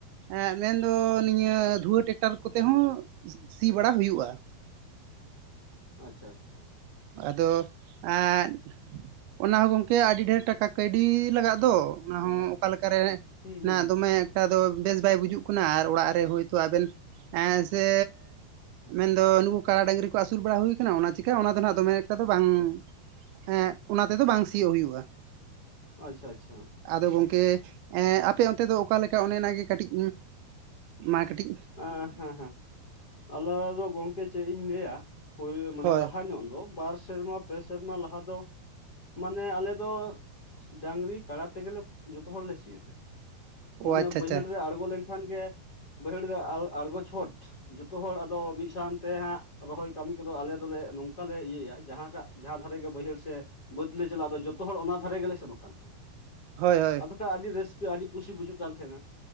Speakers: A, on the right; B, on the left.
A: ᱦᱮᱸᱜ ᱢᱮᱱᱫᱚ ᱱᱤᱭᱟᱹ ᱫᱷᱩᱣᱟᱹ ᱴᱮᱠᱴᱟᱨ ᱠᱚᱛᱮ ᱦᱚᱸ ᱥᱤ ᱵᱟᱲᱟ ᱦᱩᱭᱩᱜᱼᱟ
B: ᱟᱪᱪᱷᱟ ᱪᱷᱟ ᱪᱷᱟ
A: ᱟᱫᱚ ᱮᱸ ᱚᱱᱟ ᱦᱚᱸ ᱜᱚᱝᱠᱮ ᱟᱹᱰᱤ ᱰᱷᱮᱨ ᱴᱟᱠᱟ ᱠᱟᱹᱭᱰᱤ ᱞᱟᱜᱟᱜ ᱫᱚ ᱚᱱᱟ ᱦᱚᱸ ᱚᱠᱟᱞᱮᱠᱟᱨᱮ
B: ᱦᱩᱸ
A: ᱚᱱᱟ
B: ᱦᱩᱸ ᱦᱩᱸ
A: ᱫᱚᱢᱮ
B: ᱦᱩᱸ
A: <unintelligible> ᱫᱚ ᱵᱮᱥ ᱵᱟᱭ ᱵᱩᱡᱩᱜ ᱠᱟᱱᱟ ᱟᱨ ᱚᱲᱟᱜ ᱨᱮ ᱦᱳᱭᱛᱳ ᱟᱵᱮᱱ ᱮ ᱥᱮ ᱢᱮᱱᱫᱚ ᱱᱩᱠᱩ ᱠᱟᱲᱟ ᱰᱟᱝᱜᱨᱤ ᱠᱚ ᱟᱹᱥᱩᱞ ᱵᱟᱲᱟ ᱦᱩᱭᱠᱟᱱᱟ ᱚᱱᱟ ᱪᱮᱠᱟ ᱚᱱᱟ ᱫᱚ ᱱᱟᱜ ᱫᱚ ᱢᱮᱱ ᱠᱷᱟᱱ ᱫᱚ ᱵᱟᱝ ᱮ ᱚᱱᱟ ᱛᱮᱫᱚ ᱵᱟᱝ ᱥᱤᱭᱳᱜ ᱦᱩᱭᱩᱜᱼᱟ
B: ᱟᱪᱪᱷᱟ ᱟᱪᱪᱷᱟ
A: ᱟᱫᱚ ᱜᱚᱢᱠᱮ ᱟᱯᱮ ᱚᱱᱛᱮ ᱫᱚ ᱚᱠᱟ ᱞᱮᱠᱟ ᱚᱱᱮᱱᱟᱜ ᱜᱮ ᱠᱟᱹᱴᱤᱡ ᱢᱟ ᱠᱟᱹᱴᱤᱡ
B: ᱦᱮᱸ ᱦᱮᱸ ᱦᱮᱸ ᱟᱞᱮ ᱫᱚ ᱜᱚᱢᱠᱮ ᱪᱮᱫ ᱤᱧ ᱞᱟᱹᱭᱟ ᱯᱳ ᱢᱟᱱᱮ
A: ᱦᱳᱭ
B: ᱞᱟᱦᱟ ᱧᱚᱜ ᱫᱚ ᱵᱟᱨ ᱥᱮᱨᱢᱟ ᱯᱮ ᱥᱮᱨᱢᱟ ᱞᱟᱦᱟ ᱫᱚ ᱢᱟᱱᱮ ᱟᱞᱮ ᱫᱚ ᱰᱟᱝᱜᱨᱤ ᱠᱟᱰᱟ ᱛᱮᱜᱮᱞᱮ ᱡᱚᱛᱚ ᱦᱚᱲᱞᱮ ᱥᱤᱭᱮᱫ ᱛᱟᱦᱮᱸᱱᱟ
A: ᱚ
B: ᱢᱟᱱᱮ
A: ᱟᱪᱪᱷᱟ
B: ᱵᱟᱹᱭᱦᱟᱹᱲ
A: ᱟᱪᱪᱷᱟ
B: ᱨᱮ ᱟᱬᱜᱚ ᱞᱮᱱᱠᱷᱟᱱ ᱜᱮ ᱵᱟᱹᱭᱦᱟᱹᱲ ᱨᱮ ᱟᱬᱜᱚ ᱪᱷᱚᱴ ᱡᱚᱛᱚ ᱦᱚᱲ ᱟᱫᱚ ᱢᱤᱫ ᱥᱟᱶᱛᱮ ᱦᱟᱸᱜ ᱨᱚᱦᱚᱭ ᱠᱟᱹᱢᱤ ᱠᱚᱫᱚ ᱟᱞᱮ ᱫᱚᱞᱮ ᱱᱚᱝᱠᱟ ᱞᱮ ᱤᱭᱟᱹᱭᱟ ᱡᱟᱦᱟᱸᱴᱟᱜ ᱡᱟᱦᱟᱸ ᱫᱷᱟᱨᱮ ᱜᱮ ᱵᱟᱹᱭᱦᱟᱹᱲ ᱥᱮ ᱵᱟᱹᱫᱽ ᱞᱮ ᱪᱟᱞᱟᱜᱼᱟ ᱫᱚ ᱡᱚᱛᱚ ᱦᱚᱲ ᱚᱱᱟ ᱫᱷᱟᱨᱮ ᱜᱮᱞᱮ ᱥᱮᱱᱚᱜ ᱠᱟᱱ ᱛᱟᱦᱮᱸᱱᱟ
A: ᱦᱳᱭ ᱦᱳᱭ
B: ᱟᱫᱚ ᱟᱹᱰᱤ ᱨᱟᱹᱥᱠᱟᱹ ᱟᱹᱰᱤ ᱠᱩᱥᱤ ᱵᱩᱡᱩᱜ ᱠᱟᱱ ᱛᱟᱦᱮᱱᱟ